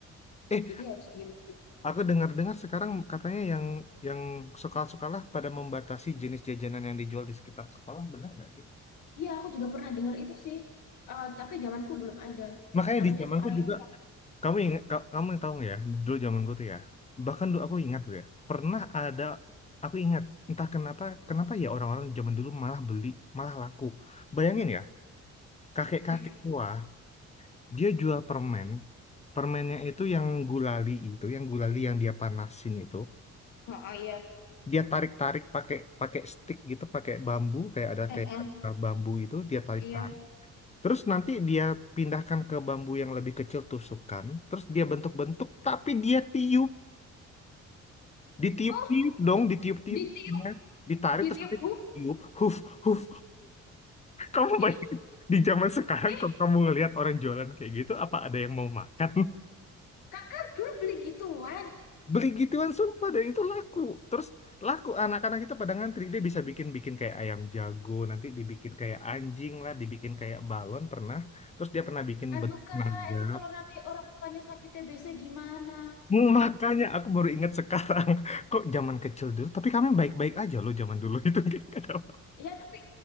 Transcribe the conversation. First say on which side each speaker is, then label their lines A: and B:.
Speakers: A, on the left; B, on the left.
A: eh
B: Jadi harus diem-diem
A: Aku dengar-dengar sekarang katanya yang yang sekolah-sekolah pada membatasi jenis jajanan yang dijual di sekitar sekolah, benar nggak sih?
B: Iya, aku juga pernah dengar itu sih. Eh, tapi zamanku belum ada.
A: Makanya
B: Katanya
A: di zamanku
B: sekarang
A: juga,
B: itu tak.
A: kamu ingat, ka- kamu tahu nggak ya, dulu zamanku tuh ya, bahkan dulu aku ingat tuh ya, pernah ada, aku ingat, entah kenapa, kenapa ya orang-orang zaman dulu malah beli, malah laku. Bayangin ya, kakek-kakek
B: Mm-mm.
A: tua, dia jual permen, permennya itu yang gulali itu, yang gulali yang dia panasin itu,
B: Oh, oh, iya.
A: dia tarik-tarik pakai pakai stick gitu, pakai bambu kayak ada
B: Mm-mm.
A: kayak ada bambu itu dia tarik-tarik.
B: Iya.
A: Terus nanti dia pindahkan ke bambu yang lebih kecil tusukkan, terus dia bentuk-bentuk tapi dia tiup, ditiup-tiup
B: Oh,
A: dong, ditiup-tiup.
B: ditiup,
A: ya. Ditarik
B: ditiup.
A: terus nanti
B: Huh.
A: tiup, huf huf. <laughs> Kamu
B: Ih,
A: bayangin di zaman sekarang
B: eh,
A: kalau kamu ngelihat orang jualan kayak gitu apa ada yang mau makan?
B: kakak dulu beli gituan.
A: beli gituan sumpah dan itu laku terus laku anak-anak kita pada ngantri dia bisa bikin bikin kayak ayam jago nanti dibikin kayak anjing lah dibikin kayak balon pernah terus dia pernah bikin
B: Aduh,
A: bentuk
B: Kak,
A: naga
B: itu kalau nanti orang tuanya sakit TBC gimana?
A: Hmm, makanya aku baru ingat sekarang <laughs> kok zaman kecil dulu tapi kami baik-baik aja loh zaman dulu itu <laughs> nggak ada apa-
B: Ya, tapi